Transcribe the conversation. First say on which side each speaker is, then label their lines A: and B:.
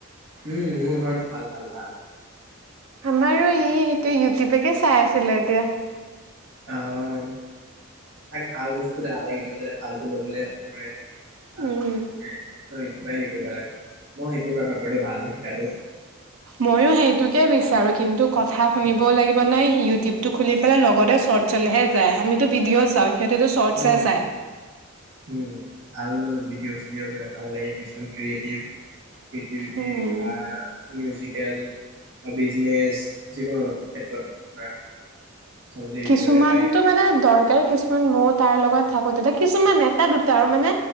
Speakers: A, on the right; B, on the right.
A: উম, মোৰ ঘৰত। ভাল ভাল ভাল।
B: আমাৰো ই সেইটো ইউটিউবকে চাই আছিলে এতিয়া।
A: অ', তাক ভাল বস্তু দেখাবা ইউটিউবত, যাতে ভালটো ল'বলৈ ধৰে। ভালটো
B: উম
A: যদি শিকে, চ' এইটো পৰাই হেৰি কৰিবা তাক। মই সেইটোৱে প্ৰেফাৰ কৰোঁ দেই, ভালটো শিকাটো।
B: ময়ো সেইটোকে বিচাৰো কিন্তু কথা শুনিব লাগিব নাই। ইউটিউবতটো খুলি পেলাই লগতে চর্টচ চলেহে যায়। আমিতো ভিডিঅ' চাওঁ। সিহঁতেতো চৰ্টচহে
A: উ,
B: চায়।
A: উ ভাল ভিডিঅ' চিডিঅ'বোৰ দেখাব লাগে কিছুমান ক্ৰিয়েটিভ। খিতিউটি
B: উম।
A: বা মিউজিক। খেল বা বিজনেছ যিকোনো ক্ষেত্ৰত ধৰা। চবতে ইউটিউবতে
B: কিছুমানটো
A: পায়
B: মানে দৰকাৰী। কিছুমান মও তাৰ লগত থাকোঁতে, কিছুমান এটা দুটা আৰু মানে।